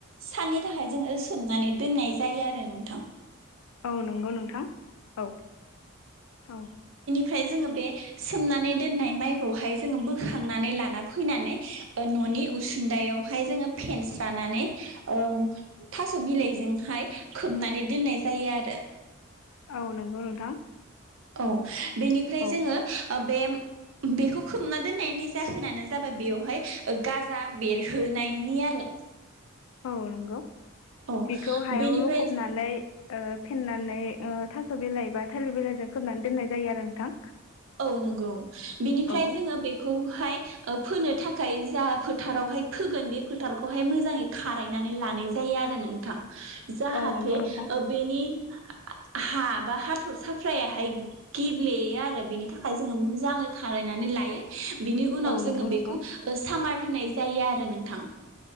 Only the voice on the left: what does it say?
औ नंगौ नोंथां औ औ
औ नंगौ नोंथां
औ
औ नंगौ
बेखौ हायाव
लखबनानै ओ फेननानै ओ थास' बिलाइ बा थालिर बिलाइजों खोबनानै दोननाय जायो आरो नोंथां
औ
औ नंगौ नोंथां
औ नंगौ
नोंथां